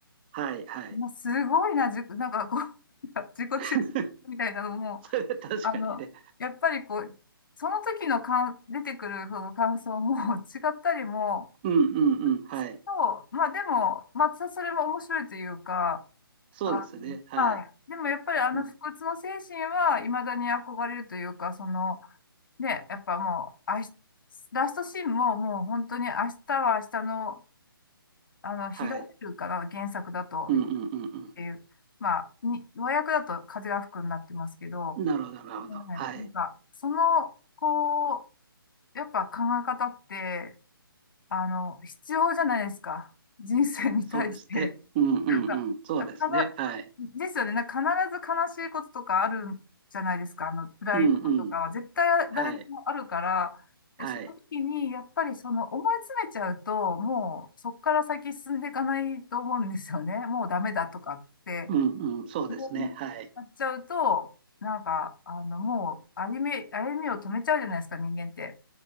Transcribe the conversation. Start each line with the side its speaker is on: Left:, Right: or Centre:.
Right: はい、はい。
Left: <laughs> まあ、すごいな、じゅ、なんかこう、<laughs> なんか自己中心みたいなのも、
Right: <laughs> それは確かにね。
Left: あの、やっぱりこう、その時の感出てくるその感想も <laughs> 違ったりも、
Right: うんうんうん。はい。
Left: ですけど、まあでも、まあ、それも面白いというか、
Right: そうですね。
Left: あ
Right: はい。
Left: の、はい。でもやっぱりあの不屈の精神は未だに憧れるというか、
Right: うん、
Left: その、でやっぱもう、あし、ラストシーンももう本当に明日は明日の、あの、日が出るから、
Right: はい。
Left: 原作だと、
Right: うんうんうん
Left: 日っていう、まあ、に、和訳だと風が吹くになってますけど、
Right: うん。なるほど、なるほど。
Left: うんなんか、
Right: はい。
Left: その、こう、やっぱ考え方って、あの、必要じゃないですか。人生に対して。
Right: そうですね。うんうんうん。
Left: なんか、
Right: そうですね。
Left: かな、
Right: はい。
Left: ですよね。なんか必ず悲しいこととかあるじゃないですか。あの、辛いこととかは絶対誰でもあるから、
Right: うんうん。はい。
Left: で、
Right: はい。
Left: その時に、やっぱりその思い詰めちゃうと、もうそこから先進んでいかないと思うんですよね。もうダメだとかって、
Right: うんうん。そうですね。
Left: もう
Right: はい。
Left: なっちゃうと、なんか、あの、もう歩み、歩みを止めちゃうじゃないですか、人間って。